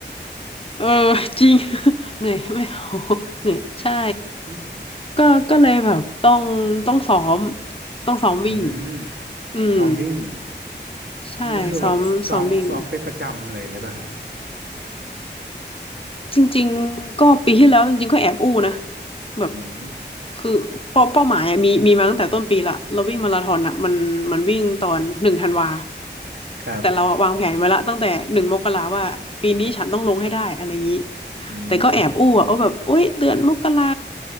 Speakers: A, on the left; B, on the right.
A: เออ <laughs> จริง <laughs> เหนื่อยไม่เอา <laughs> เหนื่อยใช่
B: <laughs>
A: ก็ก็เลยแบบต้องต้องซ้อมต้องซ้อมวิ่ง
B: อืม
A: อืม
B: ซ้อมวิ่ง
A: ใช่ซ้อมซ้อมวิ่ง
B: นี่คือแบบซ้อมซ้อมเป็นประจำเลยหรือเปล่าฮะ
A: จริงๆก็ปีที่แล้วจริงๆก็แอบอู้นะแบบ
B: อืม
A: คือเป้าเป้าหมายอะมีมีมาตั้งแต่ต้นปีละเราวิ่งมาราธอนอะมันมันวิ่งตอนหนึ่งธันวา
B: ครับ
A: แต่เราอะวางแผนไว้ละตั้งแต่หนึ่งมกราว่าปีนี้ฉันต้องลงให้ได้อะไรอย่างนี้
B: อืม
A: แต่ก็แอบอู้อะว่าแบบโอ๊ยเดือนมกรา